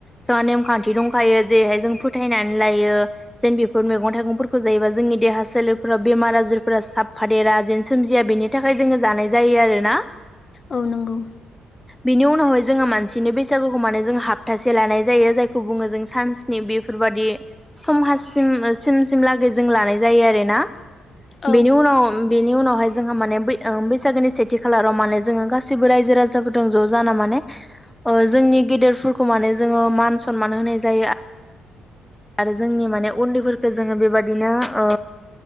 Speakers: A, in the centre; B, on the left.
A: जोंहा नेमखान्थि दंखायो जेरैहाय जों फोथायनानै लायो जेन बे मैगं थाइगंफोरखौ जायोबा जोंनि देहा सोलेरफोराव बेमार आजारफोरा साबफादेरा जेन सोमजिया बेनि थाखाय जोङो जानाय जायो आरोना
B: औ नंगौ
A: बिनि उनावहाय जोङो मानसिनि बैसागुखौ माने जों हाप्तासे लानाय जायो जायखौ बुङो जों सास्नि बे बेफोरबादि समाज सिम सिम सिमलागै जों लानाय जायो आरोना
B: औ
A: बेनि उनाव बेनि उनावहाय जोंहा माने ने बै ओम बैसागुनि सेथि खालाराव माने जोङो गासिबो रायजो राजाजों ज' जाना माने जोंनि गेदेरफोरखौ माने जोङो मान सनमान होनाय जायो।
B: <inaudible>
A: आरो जोंनि माने उन्दैफोरखौ जोङो बेबादिनो ओ